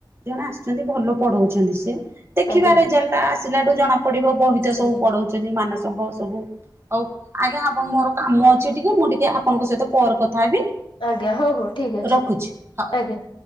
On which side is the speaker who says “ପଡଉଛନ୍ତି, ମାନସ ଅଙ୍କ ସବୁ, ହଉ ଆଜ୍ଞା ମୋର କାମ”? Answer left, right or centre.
Right